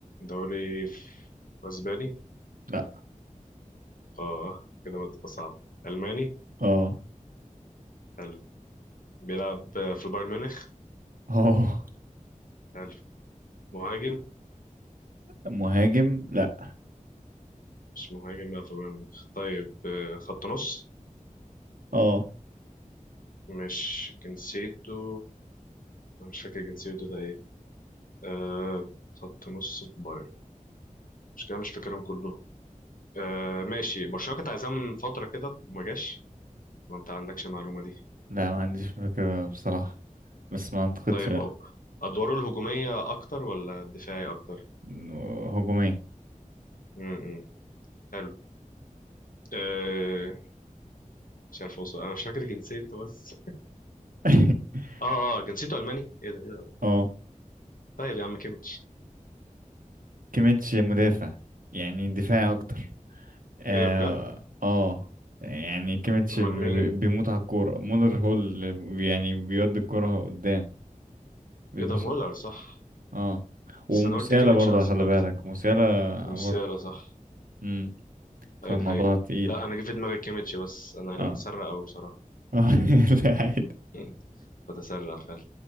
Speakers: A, on the left; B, on the right.
A: دوري ف- اسباني
B: لا
A: اه كده بقى تبقى صعب ألماني
B: اه
A: حلو بيلعب آه، في البايرن ميونخ
B: اه
A: حلو مهاجم
B: مهاجم لا
A: مش مهاجم بيلعب في البايرن ميونخ طيب آه، خط نص
B: اه
A: مش جنسيته أنا مش فاكر جنسيته ده ايه آه خط نص في بايرن مش كده مش فاكرهم كلهم آه ماشي برشلونة كانت عايزاه من فترة كده وما جاش ما انت عندكش المعلومة دي
B: لا ما عنديش فكرة بصراحة بس ما اعتقدش
A: طيب
B: لا
A: اه أدواره الهجومية أكتر ولا الدفاعي أكتر؟
B: إنه هجومي
A: م -م. حلو آه، مش عارف أوصل أنا مش فاكر جنسيته بس
B: <laughs>
A: اه اه جنسيته الماني ايه ده ايه ده
B: اه
A: طيب يا عم كيميتش
B: كيميتش مدافع يعني دفاعي اكتر اه
A: ايه ده بجد
B: اه يعني كيميتش
A: امال
B: بي-
A: مين
B: بي- بيموت على الكورة مولر هو اللي يعني بيودي الكورة قدام بيبص
A: ايه ده مولر صح
B: اه ومسيالة
A: بس انا قلت كيميتش
B: برضه
A: اصلا
B: خلي بالك
A: اكتر
B: مسيالة
A: ومسيالا
B: برضه
A: صح
B: امم فالموضوع
A: ايوه ده حقيقة
B: تقيل
A: لا انا جه في دماغي كيميتش بس انا اللي
B: اه
A: متسرع قوي بصراحة
B: اه <laughs> لا عادي
A: <laughs> بتسرع فعلا